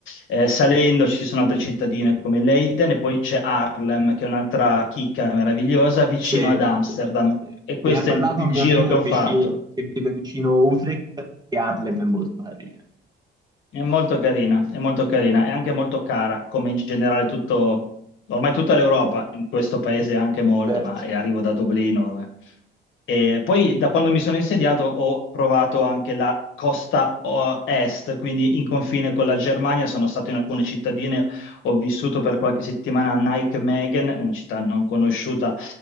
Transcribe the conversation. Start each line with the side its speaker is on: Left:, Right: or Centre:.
Left: Eh, salendo ci sono altre cittadine come Leiden e poi c'è Haarlem, che è un'altra chicca meravigliosa vicino
Right: Sì,
Left: ad Amsterdam.
Right: sì, sì.
Left: E questo
Right: Me ne ha parlato
Left: è il il
Right: un mio
Left: giro
Right: amico
Left: che
Right: che,
Left: ho
Right: vici-
Left: fatto.
Right: che vive vicino Utrecht e Harlem è molto carina.
Left: È molto carina, è molto carina, è anche molto cara, come in generale tutto, ormai tutta l'Europa, in questo paese anche molto,
Right: Certo,
Left: ma eh, arrivo da Dublino, vabbè. E poi da quando mi sono insediato ho provato anche la costa o- est, quindi in confine con la Germania, sono stato in alcune cittadine, ho vissuto per qualche settimana a Nijmegen, una città non conosciuta